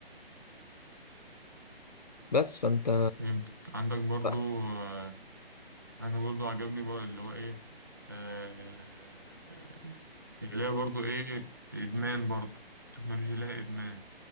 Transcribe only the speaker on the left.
بس فانت
لا.